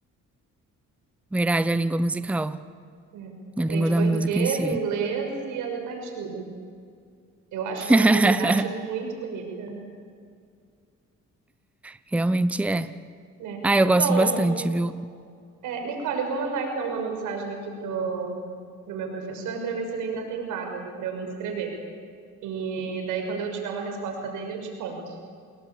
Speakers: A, in the centre; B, on the right.
A: Verdade, a língua musical,
B: É. Você
A: a
B: aprende
A: língua da
B: português,
A: música em si.
B: inglês e a ler partitura. Eu acho
A: <laughs>
B: que é uma habilidade muito bonita,
A: Realmente é.
B: né?
A: Ah, eu gosto
B: Bom,
A: bastante, viu?
B: É, Nicole, eu vou mandar então uma mensagem aqui pro, pro meu professor para ver se ele ainda tem vaga para eu me inscrever. E daí, quando eu tiver uma resposta dele, eu te conto.